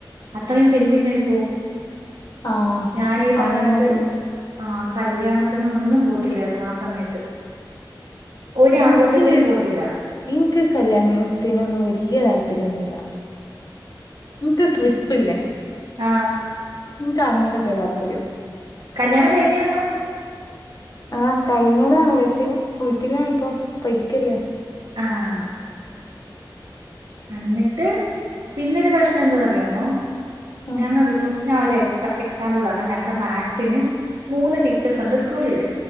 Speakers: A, on the right (about 85°); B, on the left (about 50°).
A: അത്രയും പെന്റിങ്ങായി പോവും
B: ആഹ്
A: ഞാനീ പറയണക്ക്
B: അങ്ങനുണ്ട്
A: ആ കല്യാണത്തിനും ഒന്നും പോത്തില്ലായിരുന്നു ആ സമയത്ത് ഒരു
B: എനിക്ക്
A: ആഘോഷത്തിനും പോത്തില്ല
B: എനിക്ക് ഈ കല്യാണത്തിനൊന്നും വല്ല്യ താല്പര്യമൊന്നുവില്ല. ഇങ്ങക്ക് ട്രിപ്പില്ലേ
A: ആഹ്
B: എനിക്ക് അങ്ങനൊക്കെയാ താല്പര്യം
A: കല്യാണം കഴിഞ്ഞതാണോ
B: ആ കഴിഞ്ഞതാണ് പക്ഷെ വീട്ടിലാണിപ്പോ പഠിക്കല്ലേ
A: ആഹ് അന്നിട്ട് പിന്നൊരു പ്രശ്നം എന്താന്ന് അറിയാമോ
B: ഉം
A: ഞങ്ങക്കിപ്പം ഞാൻ ഒര് എക്സാമ്പിള് പറഞ്ഞാൽ ഞങ്ങടെ മാത്‍സിന് മൂന്ന് ടീച്ചേഴ്സുണ്ട് സ്കൂളില്.